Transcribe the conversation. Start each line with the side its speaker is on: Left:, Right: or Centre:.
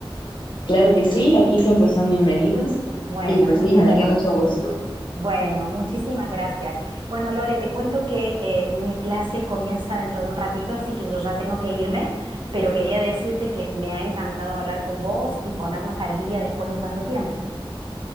Left: Claro que sí, aquí siempre son bienvenidos
Right: Bueno,
Left: y pues
Right: muchas
Left: sí, me daría
Right: gracias.
Left: mucho gusto.
Right: Bueno, muchísimas gracias. Bueno, Lore, te cuento que eh, mi clase comienza dentro de un ratito, así que yo ya tengo que irme, pero quería decirte que me ha encantado hablar con vos y ponernos al día después de tanto tiempo.